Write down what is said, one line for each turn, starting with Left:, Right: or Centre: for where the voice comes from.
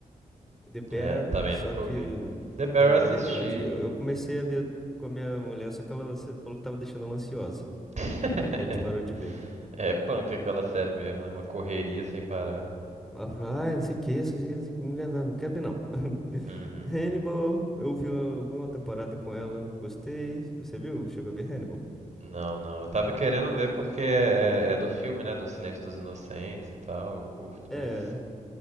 Centre: The Bear,
Right: é, também
Centre: só
Right: nunca
Centre: que
Right: ouvi. The Bear
Centre: The Bear
Right: eu assisti.
Centre: é aquela de. Eu, eu comecei a ver com a minha mulher, só que ela se- falou que tava deixando ela ansiosa.
Right: <laughs>
Centre: Aí a gente parou de ver.
Right: É punk aquela série mesmo, né? Uma correria sem parar.
Centre: Ela falou, ai, não sei o que, não sei o que, não sei o que, não quero não, não quero ver não.
Right: Uhum.
Centre: <laughs> Hannibal, eu vi uma, uma temporada com ela, gostei. Você viu? Chegou a ver Hannibal?
Right: Não, não. Eu tava querendo ver porque é, é é do filme, né? Do Silêncio dos Inocentes e tal. Eu curto,
Centre: É.
Right: mas